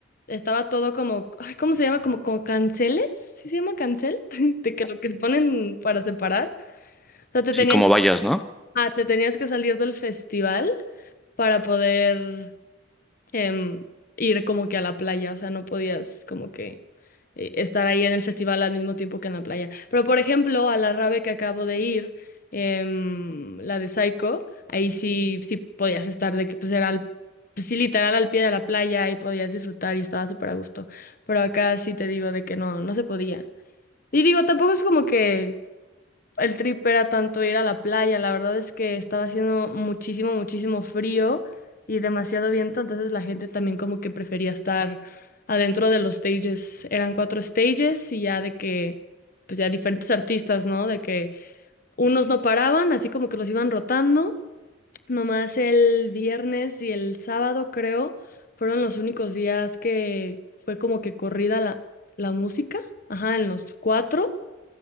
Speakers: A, on the left; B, in the centre.
A: Estaba todo como, ay, ¿cómo se llama? Como con canceles, ¿sí se llama cancel? <laughs> De que lo que se ponen para separar. O sea, te
B: Sí,
A: tenías
B: como vayas, ¿no?
A: Ah, te tenías que salir del festival para poder em, ir como que a la playa, o sea, no podías como que eh, estar ahí en el festival al mismo tiempo que en la playa. Pero por ejemplo, a la rave que acabo de ir, em, la de Psycho, ahí sí, sí podías estar de que pues era al, pues, sí, literal al pie de la playa y podías disfrutar y estaba súper a gusto. Pero acá sí te digo de que no, no se podía. Y digo, tampoco es como que el trip era tanto ir a la playa, la verdad es que estaba haciendo muchísimo, muchísimo frío y demasiado viento, entonces la gente también como que prefería estar adentro de los stages. Eran cuatro stages y ya de que, pues ya diferentes artistas, ¿no? De que unos no paraban, así como que los iban rotando. Nomás el viernes y el sábado, creo, fueron los únicos días que fue como que corrida la, la música, ajá, en los cuatro.